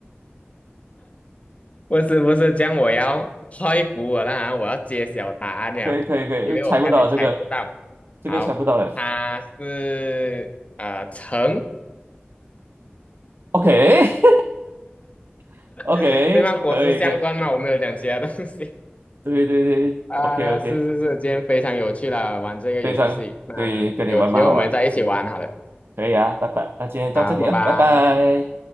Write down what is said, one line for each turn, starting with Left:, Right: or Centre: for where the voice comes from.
Left: 不是不是，这样我要开鼓我啦，我要揭晓答案了，
Right: 可以可以可以，
Left: 因为我看你猜不到。
Right: 猜不到这个，这个猜不到了
Left: 好，它是呃橙，
Right: ，OK <laughs> OK，
Left: <laughs> 对吗？果实相关吗？
Right: 可以可以，
Left: 我没有讲其他东西。
Right: 对对对，OK
Left: 啊、
Right: OK。
Left: 是是是，今天非常有趣了，玩这个游戏。
Right: 非常对，
Left: 那
Right: 跟你玩蛮好玩的，
Left: 有机会我们再一起玩好了。
Right: 可以啊，拜拜，那今天到这里啊，
Left: 好，拜拜。
Right: 拜拜。